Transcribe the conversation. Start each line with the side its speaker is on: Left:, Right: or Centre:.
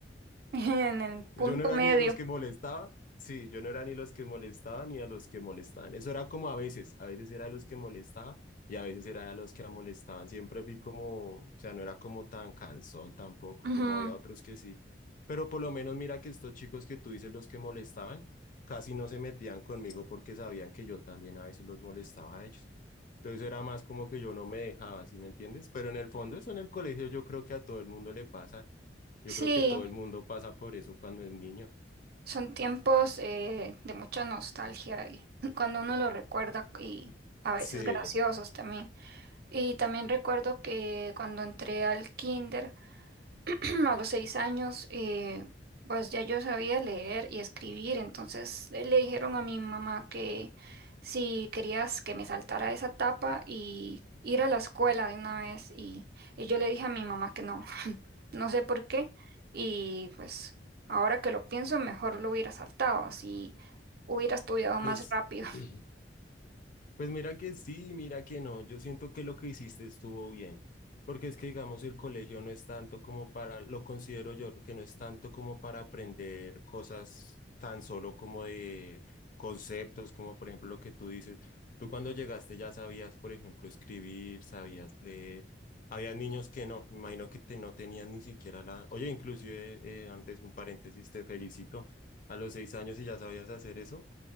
Right: <laughs> en el
Left: Yo
Right: punto
Left: no era
Right: medio.
Left: ni de los que molestaba. Sí, yo no era ni los que molestaban ni a los que molestaban. Eso era como a veces, a veces era de los que molestaba y a veces era de los que molestaban. Siempre fui como, o sea, no era como tan cansón tampoco,
Right: Ujú.
Left: como había otros que sí. Pero por lo menos mira que estos chicos que tú dices los que molestaban, casi no se metían conmigo porque sabían que yo también a veces los molestaba a ellos. Entonces era más como que yo no me dejaba, ¿sí me entiendes? Pero en el fondo eso en el colegio yo creo que a todo el mundo le pasa. Yo
Right: Sí,
Left: creo que todo el mundo pasa por eso cuando es niño.
Right: son tiempos eh, de mucha nostalgia y <laughs> cuando uno lo recuerda y a veces
Left: Sí.
Right: graciosos también. Y también recuerdo que cuando entré al kinder, <clears throat> a los seis años, eh, pues ya yo sabía leer y escribir, entonces eh, le dijeron a mi mamá que si querías que me saltara esa etapa y ir a la escuela de una vez, y, y yo le dije a mi mamá que no, <laughs> no sé por qué, y pues ahora que lo pienso, mejor lo hubiera saltado, así hubiera estudiado más
Left: Pues
Right: rápido,
Left: <clears throat> Pues mira que sí, mira que no. Yo siento que lo que hiciste estuvo bien, porque es que digamos el colegio no es tanto como para, lo considero yo, que no es tanto como para aprender cosas tan solo como de conceptos, como por ejemplo lo que tú dices. Tú cuando llegaste ya sabías, por ejemplo, escribir, sabías leer. Había niños que no, me imagino que te, no tenían ni siquiera la... Oye, inclusive eh, antes un paréntesis, te felicito. A los seis años y ya sabías hacer eso.